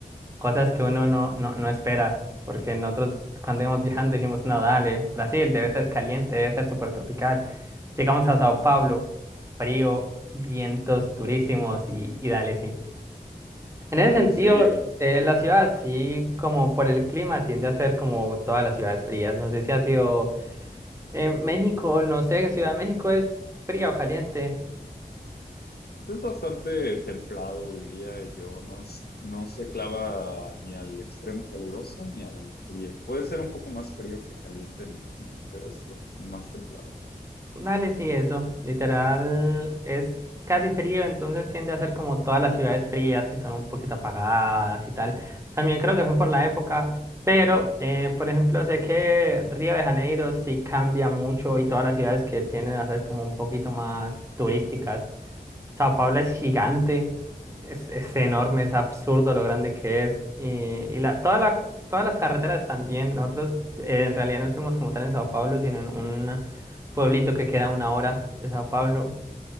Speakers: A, on the right; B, on the left.
A: cosas que uno no, no, no espera, porque nosotros cuando íbamos viajando dijimos, no, dale, Brasil debe ser caliente, debe ser súper tropical. Llegamos a Sao Paulo, frío, vientos durísimos y, y dale, sí. En ese sentido,
B: En serio,
A: eh, la ciudad sí, como por el clima, tiende a ser como todas las ciudades frías. No sé si ha sido eh, México, no sé, Ciudad de México es fría o caliente.
B: pues es bastante templado, diría yo. No es, no se clava ni al extremo caluroso ni al frío. Puede ser un poco más frío que caliente, en mi opinión, pero es más templado.
A: Dale, sí, eso. Literal, es casi frío, entonces tiende a ser como todas las ciudades frías que son un poquito apagadas y tal. También creo que fue por la época, pero, eh, por ejemplo, sé que Río de Janeiro sí cambia mucho y todas las ciudades que tienden a ser como un poquito más turísticas. Sao Paulo es gigante, es, es enorme, es absurdo lo grande que es. Y, y la, toda la, todas las carreteras también. Nosotros eh, en realidad no estamos como tal en Sao Paulo, sino en un pueblito que queda a una hora de Sao Paulo.